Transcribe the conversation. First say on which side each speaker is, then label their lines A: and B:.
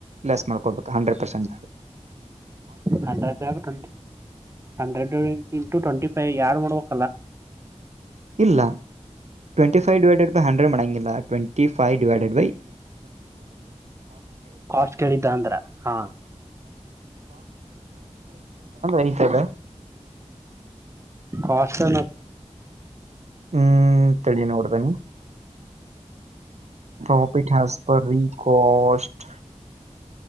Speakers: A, on the right; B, on the right.
A: ಲೆಸ್ ಮಾಡ್ಕೊಬೇಕು hundred percent
B: ಹ್ರೆಡ್ hundred into twenty ಯಾರು ಮಾಡಡ
A: ಇಲ್ಲ ಟ್ಂಟಿ ಫೈವ್ ಡಿವೈಡೆಡ್ ಹಂಡ್ರೆಡ್ ಮಡಂಗಿಲ್ಲ ಟ್ವೆಂಟಿ ಫೈವ್
B: ಕಾಸ್ಟ್ ಕೇಳಿದ್ದ ಅಂದ್ರ ಹಾ
A: ಕ
B: ಕಷ್ಟ
A: ಹ್ಮ್ ತಿಳಿಯ ನೋಡತಾನೆ ಪ್ರಾಫ ಇಟ್ ಹಸ್ ಪ ರೀ ಕಸ್ಟ್